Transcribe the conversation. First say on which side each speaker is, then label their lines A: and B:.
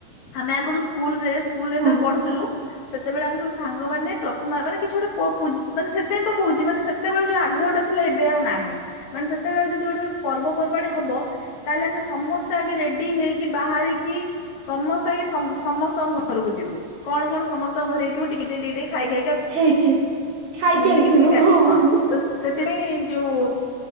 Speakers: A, on the left; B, on the right.
A: ଆମେ ଆଗରୁ ସ୍କୁଲ ରେ ସ୍କୁଲରେ ଯେତେବେଳେ
B: ହଁ
A: ପଢୁଥିଲୁ ସେତେବେଳେ ଆମେ ସବୁ ସାଙ୍ଗମାନେ ପ୍ରଥମା ମାନେ କିଛି ଗୋଟେ ପ ପୁଜ ମାନେ ସେଥିପାଇଁ ତ କହୁଚି ମାନେ ସେତେବେଳେ ଯୋଉ ଆଗ୍ରହଟା ଥିଲା ଏବେ ଆଉ ନାହିଁ ମାନେ ସେତେବେଳେ ଯଦି ଗୋଟେ ପର୍ବପର୍ବାଣୀ ହବ ତାହେଲେ ଆମେ ସମସ୍ତେ ଆଗେ ରେଡି ହେଇକି ବାହାରିକି ସମସ୍ତେ ଆଗେ ସମ୍ ସମସ୍ତଙ୍କ ଘ ଘରକୁ ଯିବୁ କଣ କଣ ସମସ୍ତଙ୍କ ଘରେ ହେଇଥିବ ଟିକେ ଟିକେ ଟିକେ ଟିକେ ଖାଇ ଖାଇକା
B: ହେଇଚି ଖାଇକି
A: ବୁଲିକି
B: ଆସିବୁ
A: ବୁଲିକି
B: ହଁ।
A: ତ ସେଥିପାଇଁ ଯୋଉ